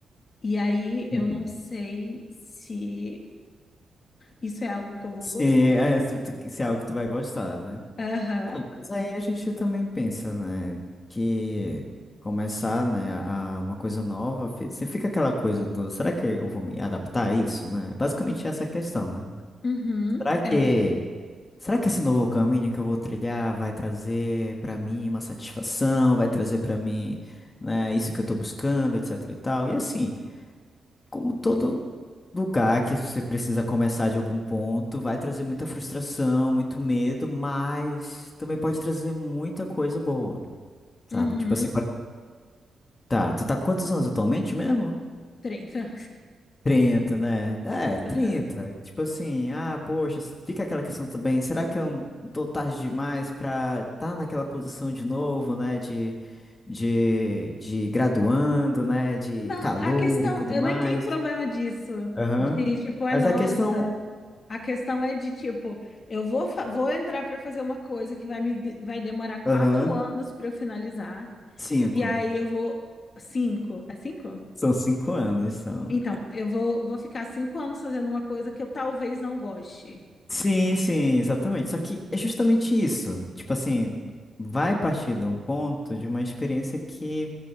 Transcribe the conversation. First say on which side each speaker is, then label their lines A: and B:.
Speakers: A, on the left (about 45°); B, on the left (about 25°).
A: E aí
B: sim.
A: eu não sei se isso é algo que eu vou
B: Sim,
A: gostar.
B: é, se, tu- se é algo que tu vai gostar, né?
A: Aham.
B: Não, mas aí a gente também pensa, né, que começar, né, a uma coisa nova, fi- se fica aquela coisa do, será que eu vou me adaptar a isso, né? Basicamente essa é a questão, né?
A: Uhum.
B: Será que,
A: É.
B: será que esse novo caminho que eu vou trilhar vai trazer pra mim uma satisfação, vai trazer pra mim, né, isso que eu tô buscando, etc e tal. E assim, como todo lugar que você precisa começar de algum ponto, vai trazer muita frustração, muito medo, mas também pode trazer muita coisa boa, sabe?
A: Uhum.
B: Tipo assim, pode- tá, tu tá com quantos anos atualmente mesmo?
A: 30.
B: trinta né? É, trinta
A: <laughs> Aham.
B: Tipo assim, ah, poxa, s- fica aquela questão também, será que eu n- tô tarde demais pra tá naquela posição de novo, né? De, de, de graduando, né? De
A: Não,
B: calor
A: a questão,
B: e tudo
A: eu
B: mais.
A: nem tenho problema disso,
B: Aham.
A: de tipo, ai,
B: Mas
A: nossa.
B: a questão.
A: A questão é de tipo, eu vou, fa- vou entrar para fazer uma coisa que vai me de- vai demorar quatro
B: Aham.
A: anos para eu finalizar,
B: Cinco.
A: e aí eu vou cinco, é cinco?
B: São cinco anos, são.
A: Então, eu vou, vou ficar cinco anos fazendo uma coisa que eu talvez não goste.
B: Sim, sim, exatamente. Só que é justamente isso. Tipo assim, vai partir de um ponto de uma experiência que,